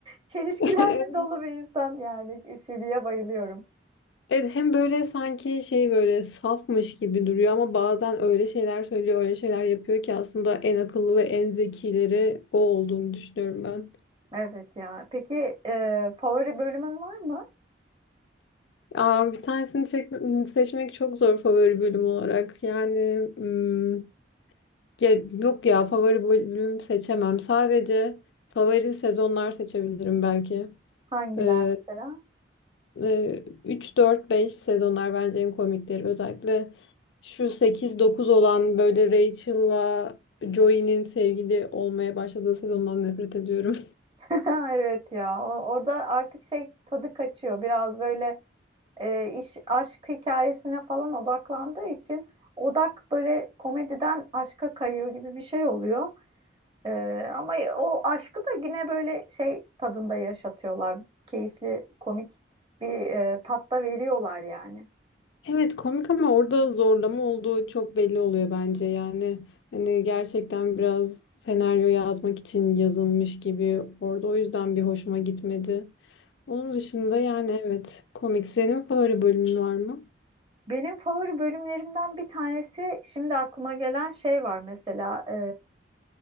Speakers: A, on the right; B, on the left.
A: çelişkilerle
B: <laughs>
A: dolu bir insan yani E, Phoebe'ye bayılıyorum.
B: Evet, hem böyle sanki şey böyle safmış gibi duruyor ama bazen öyle şeyler söylüyor, öyle şeyler yapıyor ki aslında en akıllı ve en zekileri o olduğunu düşünüyorum
A: Evet ya peki e, favori bölümün var mı?
B: Aa, bir tanesini çek- seçmek çok zor favori bölüm olarak. Yani hmm, ya, yok ya favori bölüm seçemem. Sadece favori sezonlar seçebilirim belki.
A: Hangiler
B: Ee,
A: mesela?
B: e, 3, 4, 5 sezonlar bence en komikleri. Özellikle şu 8 9 olan böyle Rachel'la Joey'nin sevgili olmaya başladığı sezondan nefret ediyorum.
A: <laughs> Evet ya o- orada artık şey tadı kaçıyor biraz böyle. e, iş aşk hikayesine falan odaklandığı için odak böyle komediden aşka kayıyor gibi bir şey oluyor. E, ama o aşkı da yine böyle şey tadında yaşatıyorlar. Keyifli, komik bir e, tatta veriyorlar yani.
B: Evet komik ama orada zorlama olduğu çok belli oluyor bence yani hani gerçekten biraz senaryo yazmak için yazılmış gibi orada o yüzden bir hoşuma gitmedi. Onun dışında
A: Hı
B: yani evet komik senin favori bölümün var mı?
A: Benim favori bölümlerimden bir tanesi şimdi aklıma gelen şey var mesela e,